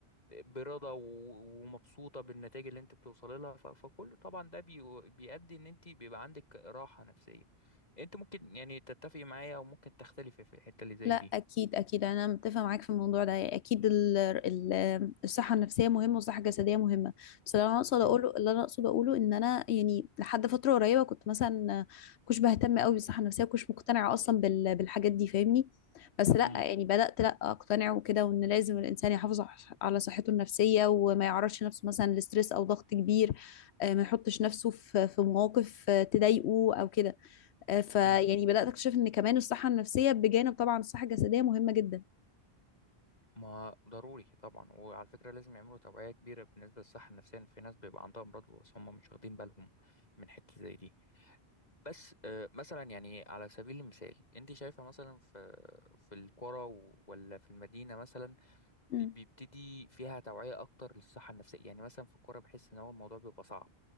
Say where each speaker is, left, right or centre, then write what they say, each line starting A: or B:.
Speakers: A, on the left; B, on the left.
A: برضا و- ومبسوطة بالنتائج اللي انت بتوصلي لها ف- فكل طبعا ده بي بيؤدي ان انت بيبقى عندك راحة نفسية انت ممكن يعني تتفقي معايا وممكن تختلفي في الحتة اللي زي
B: لا
A: دي
B: اكيد اكيد انا متفقه معاك في الموضوع ده يعني اكيد ال- ال- الصحه النفسيه مهمه والصحه الجسديه مهمه بس اللي انا اقصد
A: امم
B: اقوله اللي انا اقصد اقوله ان انا يعني لحد فتره قريبه كنت مثلا كنت بهتم قوي بالصحه النفسيه وكنتش مقتنعه اصلا بال- بالحاجات دي فاهمني بس لا
A: امم،
B: يعني بدات لا اقتنع وكده وان لازم الانسان يحافظ ع- على صحته النفسيه وما يعرضش نفسه مثلا لستريس او ضغط كبير آه، ما يحطش نفسه في في مواقف آه، تضايقه او كده آه، فيعني
A: امم.
B: بدأت أكتشف إن كمان الصحة النفسية بجانب طبعا الصحة الجسدية مهمة جدا
A: ما ضروري طبعا وعلى فكرة لازم يعملوا توعية كبيرة بالنسبة للصحة النفسية في ناس بيبقى عندها أمراض بس هم مش واخدين بالهم من حتة زي دي بس آه، مثلا يعني على سبيل المثال أنت شايفة مثلا في في القرى و- ولا في المدينة مثلا
B: مم.
A: اللي بيبتدي فيها توعية أكتر للصحة النفسية يعني مثلا في القرى بحس إن هو الموضوع بيبقى صعب